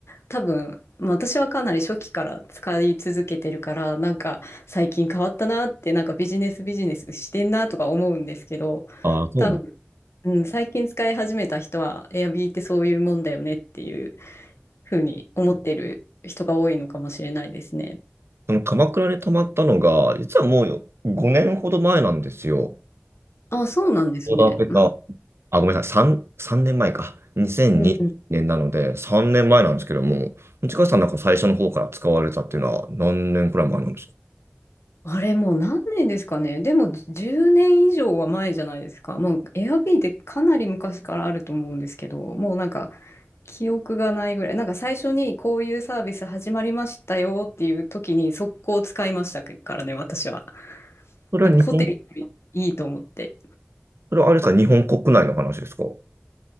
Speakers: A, on the left (about 85°); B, on the right (about 75°).
A: 多分、まあ私はかなり初期から使い続けてるから、なんか最近変わったなって、なんかビジネスビジネスしてんなとか思うんですけど、
B: ああ、そう
A: 多分、うん、最近使い始めた人は、エアビーってそういうもんだよねっていうふうに思ってる人が多いのかもしれないですね。
B: その鎌倉に泊まったのが、実はもう5年ほど前なんですよ。
A: あ、そうなんですね。
B: ちょけた、あ、ごめんなさい、3、3年前か。2002年なので、
A: うん
B: 3年前なんですけども、内川さんなんか最初の方から使われたっていうのは何年くらい前なんですか
A: あれもう何年ですかね。でも10年以上は前じゃないですか。もう Airb ってかなり昔からあると思うんですけど、もうなんか記憶がないぐらい。なんか最初にこういうサービス始まりましたよっていう時に速攻使いましたからね、私は。
B: それは日本、
A: なんかホテルよりいいと思って。
B: それはあれですか、日本国内の話ですか